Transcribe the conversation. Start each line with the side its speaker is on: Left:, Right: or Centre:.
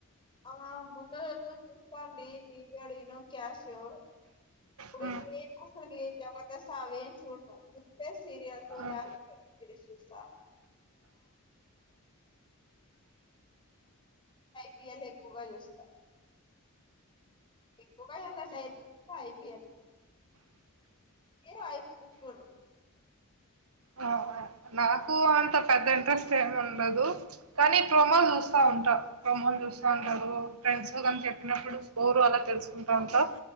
Left: ఆ ముందు చూస్తాంటి ఢీ జోడీ ను క్యాషో ఇప్పుడు
Right: హ్మ్.
Left: అసలుకి జబర్దస్త్ అవేం చూడలే చూస్తే సీరియల్స్
Right: హ్మ్.
Left: లేకపోతే <inaudible> చూస్తా పి ఎల్ ఎ ఎక్కువగా చూస్తా ఎక్కువగా డైరెక్ట్ ఐపీఎల్ ఏదో అయిపో <unintelligible>
Right: ఆ! ఆ! నాకు అంత పెద్ద ఇంట్రెస్ట్ ఏమి ఉండదు కానీ ప్రోమో చూస్తా ఉంటా ప్రోమోల్ చూస్తా ఉంటారు ఫ్రెండ్స్ కానీ చెప్పినప్పుడు స్కోరు అలా తెలుసుకుంటా
Left: అంటే
Right: ఉంటా.